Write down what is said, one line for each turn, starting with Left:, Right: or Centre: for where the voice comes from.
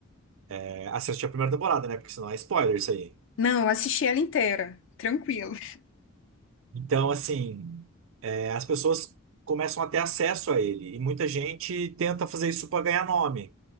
Right: É, assiste a primeira temporada, né? Porque senão é spoiler isso aí.
Left: Não, eu assisti ela inteira, tranquilo.
Right: Então, assim, é, as pessoas começam a ter acesso a ele. E muita gente tenta fazer isso para ganhar nome.